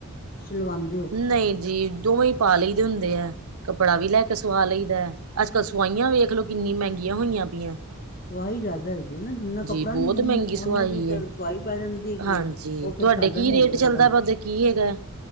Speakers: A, on the left (about 45°); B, on the right (about 80°).
A: ਸਿਲਵਾਉਂਦੇ ਹੋ
B: ਨਹੀਂ ਜੀ ਦੋਵੇਂ ਪਾ ਲਈ ਦੇ ਹੁੰਦੇ ਹੈ। ਕੱਪੜਾ ਵੀ ਲੈ ਕੇ ਸਵਾ ਲਈ ਦਾ ਹੈ। ਅੱਜ ਕੱਲ ਸਵਾਈਆਂ ਵੇਖ ਲੋ ਕਿੰਨੀ ਮਹਿੰਗੀਆਂ ਹੋਈਆਂ ਪਈਆਂ ।
A: ਸਵਾਈ ਜ਼ਿਆਦਾ ਹੈਗੀ ਨਾ ਜਿੰਨਾ ਕੱਪੜਾ
B: ਬਹੁਤ
A: ਨੀ ਓਨੇ
B: ਮਹਿੰਗੀ ਸਵਾਈ
A: ਓਨੇ ਦੀ ਫਿਰ
B: ਹੈ
A: ਸਵਾਈ ਪੈ ਜਾਂਦੀ ਹੈਗੀ
B: ਹਾਂਜੀ
A: ਉਹ। ਫਿਰ
B: ਤੁਹਾਡੇ
A: ਫਾਇਦਾ
B: ਕੀ
A: ਨੀ
B: ਰੇਟ
A: ਹੁੰਦਾ
B: ਚੱਲਦਾ
A: ਹੈਗਾ
B: ਹੈ ਕੀ ਹੈਗਾ